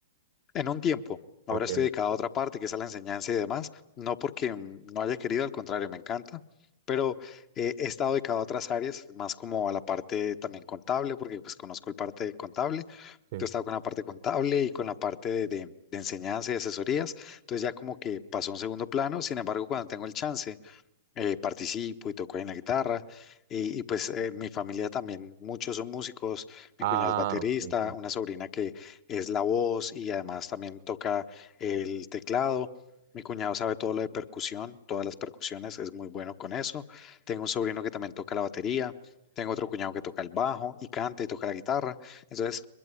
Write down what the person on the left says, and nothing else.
En un tiempo, ahora
estoy dedicado a otra parte, que es a la enseñanza y demás, no porque mm, no haya querido, al contrario, me encanta, pero eh, he estado dedicado a otras áreas, más como a la parte también contable, porque pues conozco el parte contable.
Yo he estado con la parte contable y con la parte de, de de enseñanza y asesorías, entonces ya como que pasó a un segundo plano, sin embargo, cuando tengo el chance eh, participo y toco ahí en la guitarra. Y, y pues eh, mi familia también, muchos son músicos, mi
cuñado es baterista,
una sobrina que es la voz y además también toca el teclado. Mi cuñado sabe todo lo de percusión, todas las percusiones, es muy bueno con eso. Tengo un sobrino que también toca la batería, tengo otro cuñado que toca el bajo y canta y toca la guitarra. Entonces,